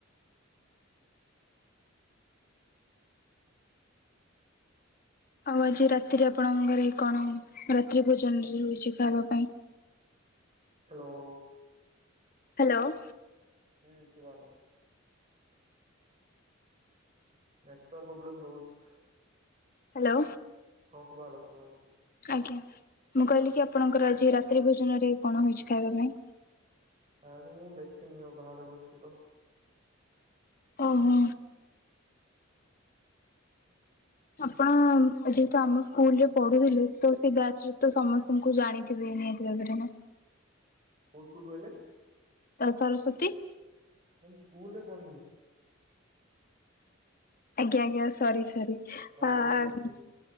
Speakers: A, on the left; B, on the right.
A: ଆଉ ଆଜି ରାତିରେ ଆପଣଙ୍କର ଘରେ ରାତ୍ରି ଭୋଜନ ରେ ହଉଛି ଖାଇବା ପାଇଁ?
B: ହ୍ୟାଲୋ।
A: ହ୍ୟାଲୋ।
B: ହୁଁ ସୁୁଭଲା। ନେଟୱାର୍କ ପ୍ରୋବ୍ଲେମ୍ ରହୁଛି।
A: ହ୍ୟାଲୋ।
B: ହଁ ଶୁଭା ହେଲା ଶୁଭା ହେଲା।
A: ଆଜ୍ଞା ମୁଁ କହିଲି କି ଆପଣଙ୍କର ଆଜି ରାତ୍ରି ଭୋଜନରେ କଣ ହେଇଛି ଖାଇବା ପାଇଁ
B: ଖାଇବାକୁ ମୁଁ ଦେଖିନି ଆଉ ବାହାରେ ବସିଛି ତ
A: ଓହୋ। ଆପଣ ଯେହେତୁ ଆମ ସ୍କୁଲ ରେ ପଢୁଥିଲେ ତ ସେ ବ୍ୟାଚ୍ ରେ ତ ସମସ୍ତଙ୍କୁ ଜାଣିଥିବେ ହେଁ ରେ <unintelligible>
B: କୋଉ ସ୍କୁଲ କହିଲେ?
A: ସରସ୍ଵତୀ?
B: ନା ମୁଁ ସ୍କୁଲରେ ପଡ଼ନି
A: ଆଜ୍ଞା ଆଜ୍ଞା ସରି ସରି
B: କଲେଜରେ
A: ଆଁ
B: ପଢୁଥିଲି